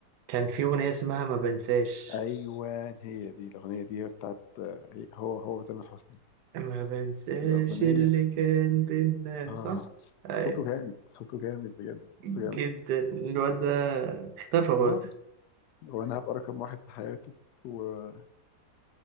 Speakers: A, on the right (about 85°); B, on the left (about 85°).
A: كان في أغنية اسمها ما بنساش
B: ايوه هي دي الاغنيه دي هي بتاعت آه، هي- هو هو تامر حسني
A: ما بنساش
B: الاغنيه
A: اللي كان بينا
B: اه
A: صح؟ أيوة
B: صوته جامد صوته جامد بجد
A: جدا
B: صوته جامد
A: الواد ده اختفى برضه
B: اه وانا هبقى رقم واحد في حياتك وده